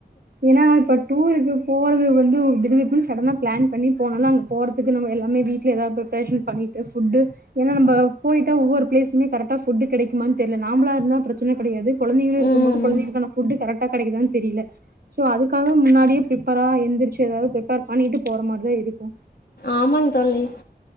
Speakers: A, on the right; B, on the left.
A: ஏன்னா இப்ப டூருக்கு போறது வந்து ஒரு திடுதிப்புன்னு சடனா பிளான் பண்ணி போனாலு அங்க போறதுக்கு நம்ம எல்லாமே வீட்ல எதாவது ப்ரப்ரேஷன் பண்ணீட்டு ஃபுட்டு ஏன்னா நம்ப போயிட்டா ஒவ்வொரு பிலேஸ்ஸுமே கரெட்டா ஃபுட்டு கிடைக்குமானு தெர்ல நாம்பளா இருந்தா பிரச்சனை கிடையாது கொழந்தைங்களு இருக்கு
B: ம்
A: போது கொழந்தைகளுக்கான ஃபுட்டு கரெக்டா கெடைக்குதான்னு தெரியல சோ அதுக்காக முன்னாடியே ப்ரிப்பரா எந்திரிச்சு ஏதாவது ப்ரிப்பேர் பண்ணீட்டு போற மாரிதா இருக்கு
B: ஆமாங் தோழி